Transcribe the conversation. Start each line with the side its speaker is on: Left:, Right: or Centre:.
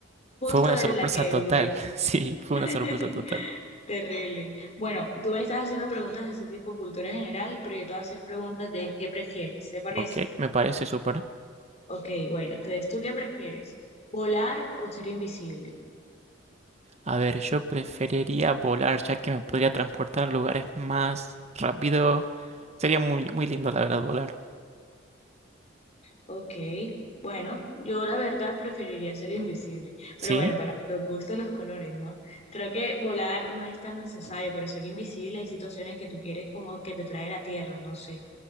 Left: justo
Right: Fue una
Left: la
Right: sorpresa
Left: de la que
Right: total,
Left: dudé.
Right: <laughs> sí, fue
Left: <laughs>
Right: una sorpresa total.
Left: Terrible. Bueno, tú me estás haciendo preguntas de ese tipo, cultura general, pero yo te voy a hacer preguntas de qué prefieres, ¿te parece?
Right: Ok, me parece súper.
Left: Ok, bueno, entonces, ¿tú qué prefieres? ¿Volar o ser invisible?
Right: A ver, yo preferiría volar ya que me podría transportar a lugares más rápido. Sería muy, muy lindo, la verdad, volar.
Left: Ok, bueno, yo la verdad preferiría ser invisible,
Right: ¿Sí?
Left: pero bueno, para los gustos, los colores, ¿no? Creo que volar no es tan necesario, pero ser invisible hay situaciones que tú quieres como que te trae la tierra, no sé.